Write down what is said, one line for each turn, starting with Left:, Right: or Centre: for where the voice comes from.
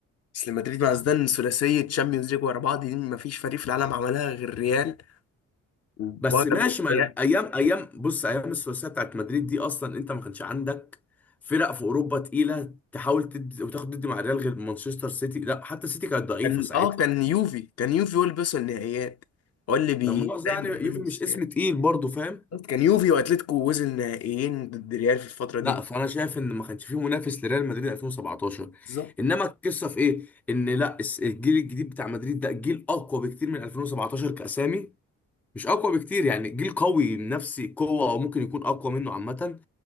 Left: اصل مدريد مع زيدان ثلاثيه تشامبيونز ليج ورا بعض دي مفيش فريق في العالم عملها غير ريال وبايرن
Centre: بس ماشي
Left: بتهيألي.
Centre: ما ايام ايام بص ايام الثلاثيه بتاعت مدريد دي اصلا انت ما كانش عندك فرق في اوروبا تقيله تحاول تدي وتاخد ضد مع ريال غير مانشستر سيتي لا حتى سيتي كانت ضعيفه
Left: كان
Centre: ساعتها
Left: اه كان يوفي كان يوفي هو اللي بيوصل النهائيات هو اللي بي-
Centre: لما مؤاخذه
Left: فاهم
Centre: يعني
Left: بينافس
Centre: يوفي مش اسم
Left: ريال
Centre: تقيل برضه فاهم
Left: بالظبط، كان يوفي واتلتيكو وصل نهائيين ضد ريال في الفتره
Centre: لا
Left: دي
Centre: فانا شايف ان ما كانش فيه منافس لريال مدريد 2017
Left: بالظبط
Centre: انما القصه في ايه ان لا الس- الجيل الجديد بتاع مدريد ده جيل اقوى بكتير من 2017 كاسامي مش اقوى بكتير يعني جيل قوي نفسي قوه او ممكن يكون اقوى منه عامه